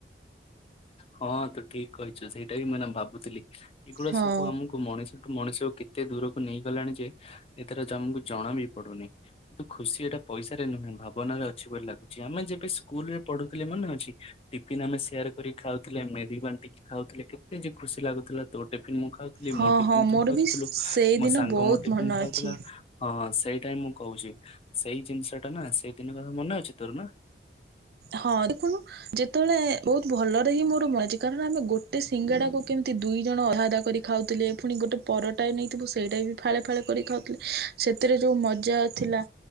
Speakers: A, on the left (about 35°); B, on the right (about 60°).
A: ହଁ ତୁ ଠିକ୍ କହିଚୁ ସେଇଟା ବି ମୁଁ ଏଇନା ଭାବୁଥିଲି। ଏଗୁଡା
B: ହଁ
A: ସବୁ ଆମକୁ ମଣିଷଠୁ ମଣିଷକୁ କେ କେତେ ଦୂରକୁ ନେଇଗଲାଣି ଯେ ଏଥର ଯାମକୁ ଜଣା ବି ପଡୁନି। କିନ୍ତୁ ଖୁସି ଏଟା ପଇସାରେ ନୁହେଁ ଭାବନାରେ ଅଛି ବୋଲି ଲାଗୁଛି ଆମେ ଯେବେ ସ୍କୁଲ ରେ ପଢୁଥିଲେ ମନେ ଅଛି। ଟିଫିନ୍ ଆମେ ସେୟାର କରିକି ଖାଉଥିଲେ ମିଳି ବାଣ୍ଟିକି ଖାଉଥିଲେ କେତେ ଯେ ଖୁସି ଲାଗୁଥିଲା। ତୋ ଟିଫିନ୍ ମୁଁ ଖାଉଥିଲି
B: ହଁ
A: ମୋ ଟିଫିନ୍
B: ହଁ
A: ତୁ
B: ମୋର
A: ଖାଉଥିଲୁ
B: ବି ସେଇଦିନ
A: ମୋ ସାଙ୍ଗ
B: ବହୁତ
A: ମୋ ଟିଫିନ୍
B: ମନେ
A: ଖାଉଥିଲା।
B: ଅଛି
A: ହଁ ସେଇଟା ହିଁ ମୁଁ କହୁଚି ସେଇ ଜିନିଷ ଟା ନା ସେଇ ଦିନ କଥା ମନେ ଅଛି ତୋର ନା?
B: ହଁ ରେ ସାଙ୍ଗ। ଯେତେବେଳେ ବହୁତ ଭଲରେ ହିଁ ମୋର ମନେଅଛି କାରଣ ଆମେ ଗୋଟେ ସିଙ୍ଗଡା କୁ କେମିତି ଦୁଇ ଜଣ ଅଧା ଅଧା କରିକି ଖାଉଥିଲେ ପୁଣି ଗୋଟେ ପରଟା ନେଇଥିବୁ ସେଇଟା ବି ଫାଳେ ଫାଳେ କରି ଖାଉଥିଲେ ସେଥିରେ ଯୋଉ ମଜା ଥିଲା